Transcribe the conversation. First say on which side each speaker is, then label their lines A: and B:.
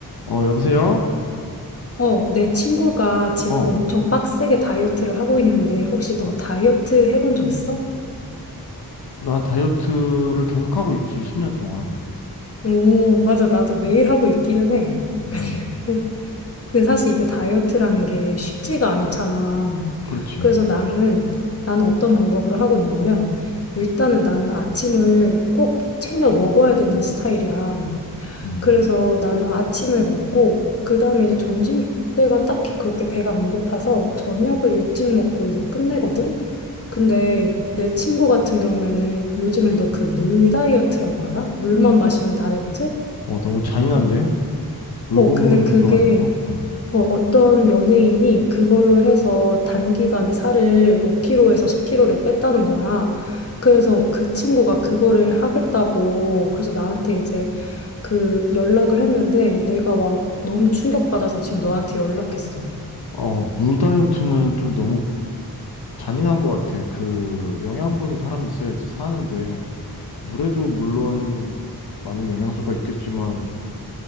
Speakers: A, on the left; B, on the left.
A: 어, 여보세요?
B: 어, 내 친구가 지금
A: 어,
B: 엄청 빡세게 다이어트를 하고 있는데, 혹시
A: 바-
B: 너 다이어트 해본 적 있어?
A: 난 다이어트를 계속하고 있지, 10년 동안.
B: 오, 맞아. 나도 매일 하고 있기는 해.
A: 음,
B: <laughs> 근데 근데 사실 이게 다이어트라는 게 쉽지가 않잖아.
A: 그렇지.
B: 그래서 나는, 나는 어떤 방법으로 하고 있냐면, 일단은 나는 아침을 꼭 챙겨 먹어야 되는 스타일이야.
A: 음,
B: 그래서 나는 아침을 먹고 그다음에 이제 점심 때가 딱히 그렇게 배가 안 고파서 저녁을 일찍 먹고 이제 끝내거든. 근데 내 친구 같은 경우에는 요즘에 너 그 물 다이어트라고 알아? 물만 마시는 다이어트?
A: 어, 너무 잔인한데?
B: 이-
A: 물고문도
B: 어, 근데 그게
A: 아니고. 음.
B: 어, 어떤 연예인이 그걸로 해서 단기간에 살을 5kg에서 10kg를 뺐다는 거야. 그래서 그 친구가 그거를 하겠다고 그래서 나한테 이제 그 연락을 했는데 내가 막 너무 충격받아서 지금 너한테 연락했어.
A: 어, 물 다이어트는 좀 너무 잔인한 것 같아. 그, 영양분이 사람이 있어야지 사는데, 물에도 물론 많은 영양소가 있겠지만,